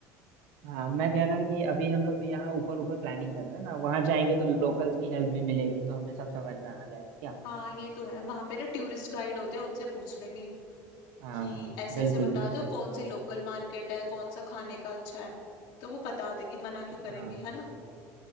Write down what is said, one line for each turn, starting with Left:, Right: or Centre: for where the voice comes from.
Right: हाँ मैं कह रहा कि अभी हम लोग तो यहाँ ऊपर ऊपर प्लानिंग कर रहे हैं ना वहाँ जाएंगे तो लोकल्स की हेल्प भी मिलेगी तो हमें सब समझ में आ जाएगा क्या
Left: हाँ ये तो है वहां पे ना टूरिस्ट गाइड होते हैं उनसे पूछ लेंगे
Right: हाँ
Left: कि ऐसे
Right: बिल्कुल
Left: ऐसे बता
Right: बिल्कुल
Left: दो कौन सी लोकल मार्केट है कौन सा खाने का अच्छा है तो वो बता देंगे मना क्यों करेंगे
Right: हाँ
Left: है ना